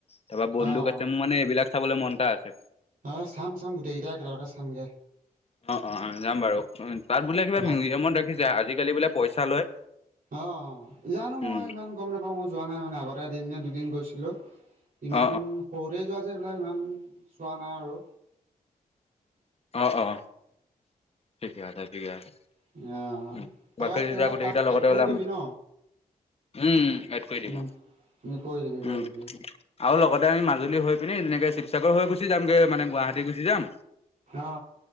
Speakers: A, on the left; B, on the right.
A: তাপা বন্দুক
B: অ',
A: আছে, মোৰ মানে এইবিলাক চাবলৈ মন এটা আছে।
B: অ', চাম, চাম গোটেইকেইটা একেলগতে চামগে।
A: অ', অ', অ', যাম বাৰু, তাত বোলে কিবা
B: ভা
A: মিউজিয়ামত ৰাখিছে আজিকালি বোলে পইচা লয়।
B: অ', জানো, মই
A: উম
B: ইমান গম নাপাওঁ, মই যোৱা নাই মানে আগতে এদিন নে, দুদিন গৈছিলোঁ। ইমান
A: অ
B: সৰুতে যোৱা যে, এইবিলাক ইমান চোৱা নাই আৰু।
A: অ অ ঠিকে আছে ঠিকে আছে
B: আহ
A: উ
B: তই
A: বাকী
B: তেৰা
A: যেতিয়া গোটেই
B: তাক
A: কেইটা লগতে
B: এড কৰি
A: ওলাম
B: দিবি ন
A: উম এড কৰি দিম
B: উম কৰি দিবি কৰি
A: উম।
B: দিবি
A: আৰু লগতে আমি মাজুলী হৈ পিনি যেনেকে শিৱসাগৰ হৈ গুচি যামগে মানে গুৱাহাটী গুচি যাম।
B: অ